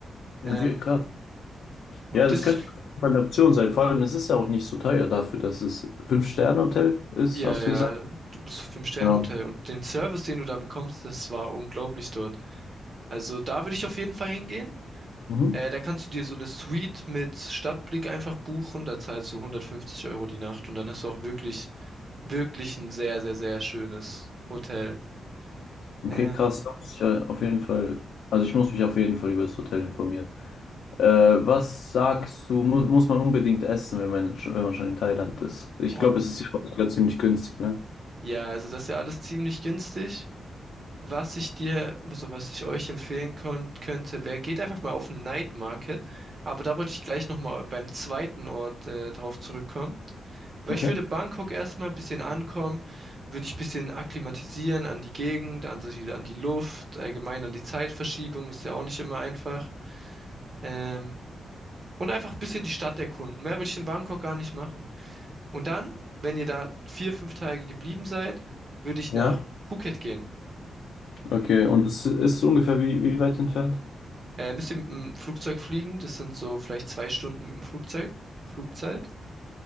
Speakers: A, on the right; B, on the left.
A: Ähm,
B: Okay, krass.
A: und
B: Ja, das
A: das,
B: könnte auf jeden Fall eine Option sein. Vor allem, es ist ja auch nicht so teuer dafür, dass es Fünf-Sterne-Hotel ist,
A: ja,
B: hast du gesagt?
A: ja, das Fünf-Sterne-Hotel
B: Genau.
A: und den Service, den du da bekommst, das war unglaublich dort. Also da würde ich auf jeden Fall hingehen.
B: Mhm.
A: Äh, da kannst du dir so eine Suite mit Stadtblick einfach buchen. Da zahlst du 150 Euro die Nacht und dann hast du auch wirklich, wirklich ein sehr, sehr, sehr schönes Hotel.
B: Okay,
A: Ähm,
B: krass. Da muss ich ja auf jeden Fall, also ich muss mich auf jeden Fall über das Hotel informieren. Äh, was sagst du, mu muss man unbedingt essen, wenn man, schon- wenn man schon in Thailand ist? Ich
A: oh,
B: glaube, es ist ja auch sogar ziemlich günstig, ne?
A: Ja, also das ist ja alles ziemlich günstig. Was ich dir, also was ich euch empfehlen kon- könnte, wäre, geht einfach mal auf den Night Market. Aber da wollte ich gleich nochmal beim zweiten Ort äh, drauf zurückkommen. Weil
B: Okay.
A: ich würde Bangkok erstmal ein bisschen ankommen, würde ich ein bisschen akklimatisieren an die Gegend, an die, an die Luft, allgemein an die Zeitverschiebung, ist ja auch nicht immer einfach. Ähm, und einfach ein bisschen die Stadt erkunden. Mehr würde ich in Bangkok gar nicht machen. Und dann, wenn ihr da vier, fünf Tage geblieben seid, würde ich
B: Ja.
A: nach Phuket gehen.
B: Okay, und es ist ungefähr wie, wie weit entfernt?
A: Äh, müsst ihr mit dem Flugzeug fliegen. Das sind so vielleicht zwei Stunden mit dem Flugzeug. Flugzeit.